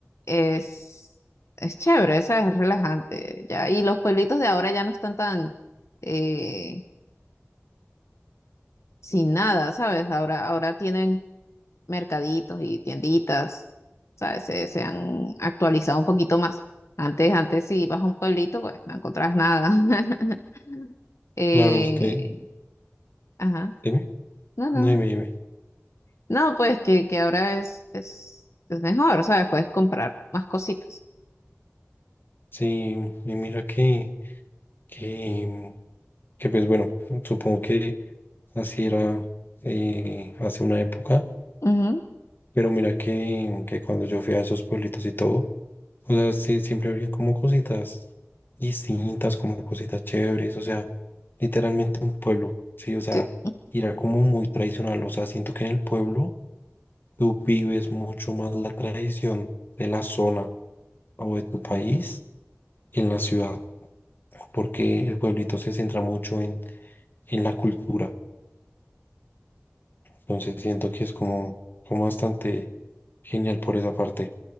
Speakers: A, on the left; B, on the left.
A: es, es chévere, ¿sabes? Es relajante, ya. Y los pueblitos de ahora ya no están tan, eh, sin nada, ¿sabes? Ahora, ahora tienen mercaditos y tienditas, ¿sabes? Se, se han actualizado un poquito más. Antes, antes si ibas a un pueblito, pues no encontrabas nada. <laughs> Eh,
B: Claro, es que,
A: ajá,
B: dime,
A: no, no.
B: no dime, dime.
A: No, pues que, que ahora es, es, es mejor, ¿sabes? Puedes comprar más cositas.
B: Sí, y mira que, que, que pues bueno, supongo que así era eh, hace una época,
A: Ujú,
B: pero mira que, que cuando yo fui a esos pueblitos y todo, o sea, sí, siempre había como cositas distintas, como cositas chéveres, o sea, literalmente un pueblo, sí, o sea,
A: sí.
B: era como muy tradicional, o sea, siento que en el pueblo tú vives mucho más la tradición de la zona o de tu país en la ciudad, porque el pueblito se centra mucho en, en la cultura. Entonces siento que es como, como bastante genial por esa parte.